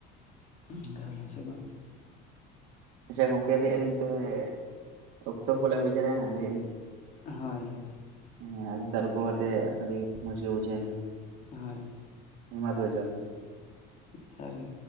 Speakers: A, on the left; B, on the right.
A: ᱚᱱᱠᱟ ᱟᱞᱮ ᱥᱮ ᱫᱚ
B: ᱟᱪᱪᱷᱟ ᱜᱚᱝᱠᱮ ᱞᱟᱹᱭᱮᱫ-ᱟᱞᱤᱧ ᱛᱚᱵᱮ ᱚᱠᱛᱚ ᱠᱚ ᱦᱩᱭ ᱡᱟᱭᱨᱟᱭ ᱱᱟ ᱞᱟᱹᱭᱮᱫᱼᱟ ᱞᱤᱧ
A: ᱦᱳᱭ ᱦᱳᱭ
B: ᱦᱮᱸ ᱟᱵᱤᱱ ᱥᱟᱜ ᱨᱚᱯᱚᱲ ᱠᱟᱛᱮ ᱟᱹᱰᱤ ᱢᱚᱡᱽ ᱜᱮ ᱵᱩᱡᱷᱟᱹᱭᱱᱟ
A: ᱦᱳᱭ
B: ᱦᱮᱸ ᱢᱟ ᱛᱚᱵᱮ ᱡᱚᱦᱟᱨ ᱜᱮ
A: ᱡᱚᱦᱟᱨ ᱜᱮ